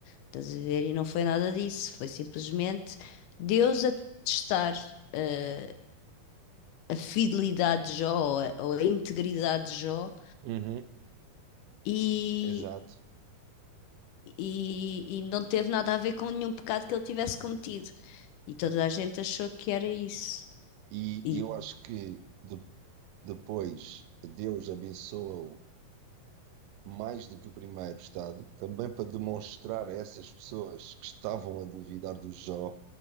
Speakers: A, on the left; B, on the right.
A: Estás a ver? E não foi nada disso. Foi simplesmente Deus a testar eh, a, a fidelidade de Jó ou a, ou a integridade de Jó
B: Uhum.
A: e.
B: Exato.
A: E, e não teve nada a ver com nenhum pecado que ele tivesse cometido. E toda a gente achou que era isso.
B: E,
A: E
B: e eu acho que de- depois Deus abençoa-o mais do que o primeiro estado, também para demonstrar a essas pessoas que estavam a duvidar do Jó,